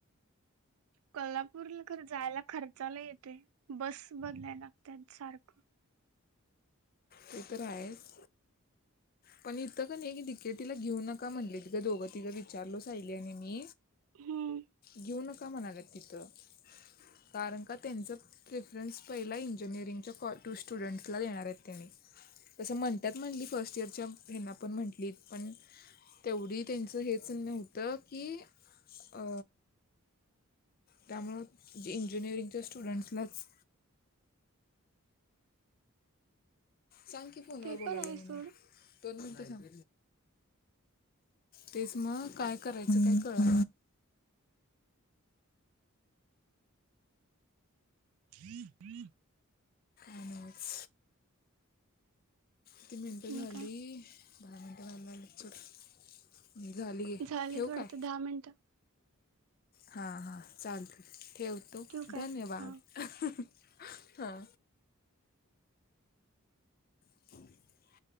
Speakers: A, on the right; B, on the left.
A: कोल्हापूरला ख जायला खर्चाला येते बस बदलायला लागतात सारखं
B: ते तर रा आहेस पण इथं का नाहीी तिके तिला घेऊ नका म्हटले तिं दोघं तिघं विचारलो साहिली आणि मी
A: हम्म
B: घेऊ नका म्हणालात तिथं कारण का त्यांचं प्रेफरन्स पहिला इंजिनिअरिंगच्या कॉ टू स्टुडंट्सला देणार आहेत त्यानी तसं म्हणतात म्हटली फर्स्ट इयरच्या हना पण म्हटली पण तेवढी त्यांचं हेच होतं की अ त्यामुळं जे इंजिनिअरिंगच्या स्टुडंट्सलाच सांग की फोनवर
A: ते
B: बोलाले
A: पण आहे
B: म्हणेून
A: सोड
B: दोन मिनटं सांग तेच मग काय करायचं काय कळ
A: ह
B: अमस कती मिनट खाल्ली
A: आणि काय
B: बारा मिनट खाल्लंलीचट झाली आहे
A: झालीत
B: ठेव
A: वाटतं
B: काय
A: दहा मिनटं
B: हां हां चालत ठेवतो
A: ठेवू काय?
B: धन्यवाद
A: हा.
B: हां <inaudible>